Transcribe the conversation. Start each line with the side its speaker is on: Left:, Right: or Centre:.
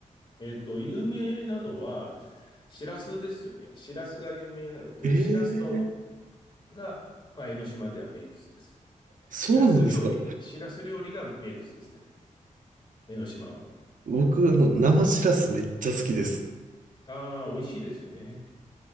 Left: えっと、有名なのは、しらすですよね。しらすが有名なので、
Right: えー、
Left: しらす丼が、まあ、江ノ島では名物です。
Right: そうなんですか。
Left: しらす料理、しらす料理が名物ですね。江ノ島は。
Right: 僕、あの、生しらすめっちゃ好きです。
Left: ああ、美味しいですよね。